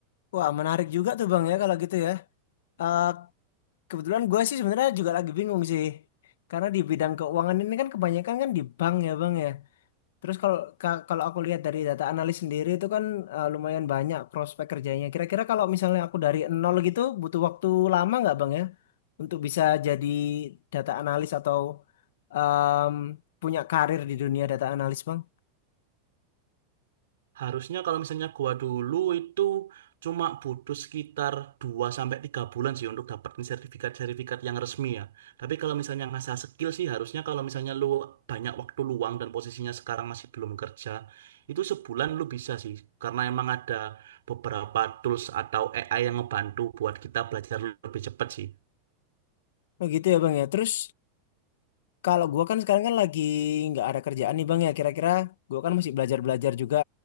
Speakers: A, on the left; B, on the right.
A: Wah menarik juga tuh bang ya kalau gitu ya. Eh, Kebetulan gue sih sebenarnya juga lagi bingung sih. Karena di bidang keuangan ini kan kebanyakan kan di bank ya bang ya. Terus kalau ka- kalau aku lihat dari data analis sendiri itu kan eh, lumayan banyak prospek kerjanya. Kira-kira kalau misalnya aku dari nol gitu butuh waktu lama nggak bang ya untuk bisa jadi data analis atau em, punya karir di dunia data analis bang?
B: Harusnya kalau misalnya gua dulu itu cuma butuh sekitar 2 sampai 3 bulan sih untuk dapetin sertifikat-sertifikat yang resmi ya. Tapi kalau misalnya ngasah skill sih harusnya kalau misalnya lu banyak waktu luang dan posisinya sekarang masih belum kerja, itu sebulan lu bisa sih karena emang ada beberapa tools atau AI yang ngebantu buat kita belajar lebih cepat sih.
A: Oh gitu ya bang ya. Terus Kalau gua kan sekarang kan lagi nggak ada kerjaan nih Bang ya. Kira-kira gua kan masih belajar-belajar juga